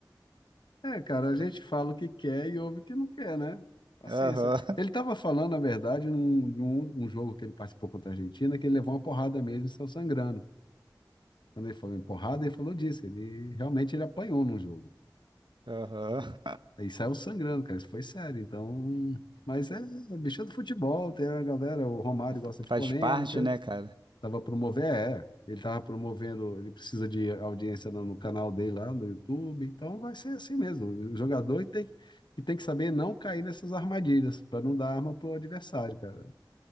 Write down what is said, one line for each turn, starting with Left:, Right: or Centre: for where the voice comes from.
Left: É, cara,
Right: <laughs>
Left: a gente fala o que quer e ouve o que não quer, né? Paciência.
Right: Aham,
Left: Ele estava falando, na verdade, num, de um um jogo que ele participou contra a Argentina, que ele levou uma porrada mesmo e saiu sangrando. Quando ele falou em porrada, ele falou disso. Ele realmente ele apanhou num jogo.
Right: aham.
Left: Aí saiu sangrando, cara. Isso foi sério. Então, mas é, é bicho do futebol, tem a galera, o Romário
Right: <laughs>
Left: gosta de
Right: Faz
Left: polêmica.
Right: parte, né, cara?
Left: Tava promovendo, é, é. ele tava promovendo, ele precisa de audiência no, no canal dele lá no YouTube, então vai ser assim mesmo. O jogador tem que tem que saber não cair nessas armadilhas para não dar arma pro adversário, cara.